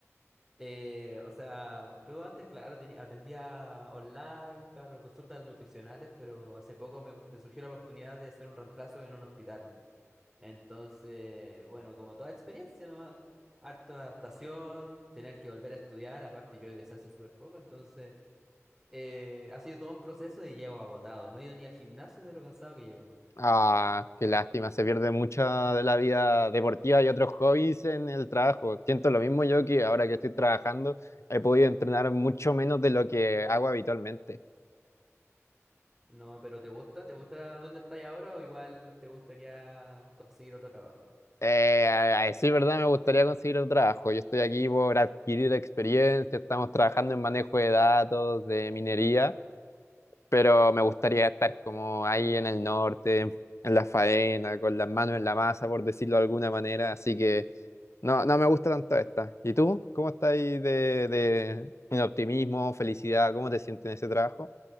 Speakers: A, on the right; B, on the left.
A: Eh, o sea, yo antes, claro, tenía, atendía online, claro, consultas nutricionales, pero hace poco me, me surgió la oportunidad de hacer un reemplazo en un hospital. Entonces, bueno, como toda experiencia nomás, harta adaptación, tener que volver a estudiar, aparte yo egresé hace súper poco, entonces... Eh, ha sido todo un proceso y llego agotado. No he ido ni al gimnasio de lo cansado que llego.
B: Ah, qué lástima, se pierde mucha de la vida deportiva y otros hobbies en el trabajo. Siento lo mismo yo que ahora que estoy trabajando he podido entrenar mucho menos de lo que hago habitualmente.
A: No, pero ¿te gusta? ¿Te gusta dónde estás ahora o igual te gustaría conseguir otro trabajo?
B: Eh, a- a- sí, verdad, me gustaría conseguir otro trabajo. Yo estoy aquí por adquirir experiencia, estamos trabajando en manejo de datos, de minería. pero me gustaría estar como ahí en el norte, en, en la faena, con las manos en la masa, por decirlo de alguna manera, así que no, no me gusta tanto esta. ¿Y tú? ¿Cómo estás ahí de, de en optimismo, felicidad? ¿Cómo te sientes en ese trabajo?